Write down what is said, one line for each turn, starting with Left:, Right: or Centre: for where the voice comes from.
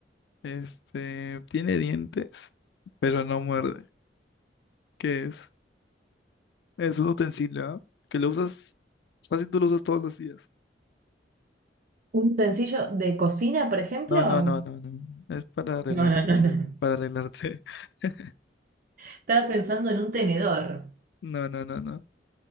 Left: Este, tiene dientes, pero no muerde. ¿Qué es? Es un utensilio, ¿ah? Que lo usas, casi tú lo usas todos los días.
Right: ¿Un utensilio de cocina, por ejemplo?
Left: No,
Right: No,
Left: no, no, no, no. Es para arreglarte.
Right: no, no, no.
Left: Para arreglarte. <laughs>
Right: Estaba pensando en un tenedor.
Left: No, no, no, no.